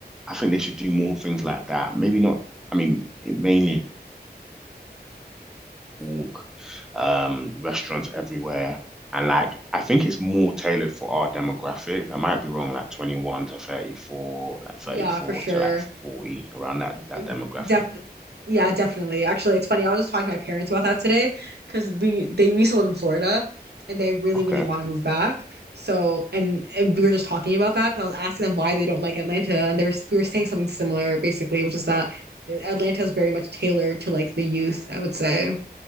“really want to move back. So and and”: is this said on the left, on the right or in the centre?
Right